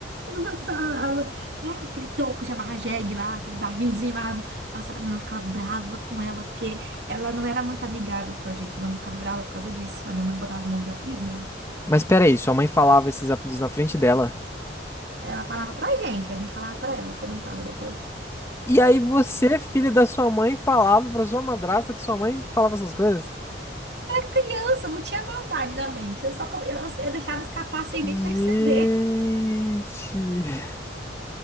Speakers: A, on the right (about 65°); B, on the left (about 15°).
A: ela falava, né, aquele toco de amarrar jegue lá, aquele barrilzinho amarrado. Nossa, a minha mãe ficava brava com ela, porque ela não era muito amigável com a gente. A minha mãe ficava brava por causa disso. A minha mãe botava um monte de apelido, né?
B: Mas peraí, sua mãe falava esses apelidos na frente dela.
A: Ela falava pra gente, a gente falava pra ela, comentava depois.
B: E aí você, filho da sua mãe, falava pra sua madrasta que sua mãe falava essas coisas?
A: Criança, não tinha maldade na mente. Eu só, co- eu, eu deixava escapar sem
B: Gente!
A: nem perceber.